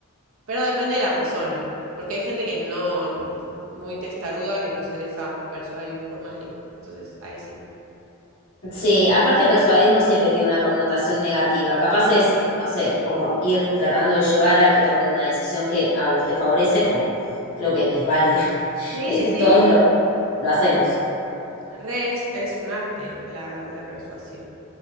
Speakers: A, on the right; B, on the left.
A: Pero depende de la persona, porque hay gente que no, muy testaruda, que no se deja persuadir por nadie. Entonces, ahí sí.
B: Sí, aparte persuadir no siempre tiene una connotación negativa. Capaz es, no sé, como ir tratando de llevar a que tomen una decisión que a vos te favorece, como creo que es válido. <laughs>
A: Sí,
B: Eh,
A: sí,
B: que
A: sí.
B: todos lo, lo hacemos.
A: Re es, un arte la, la persuasión.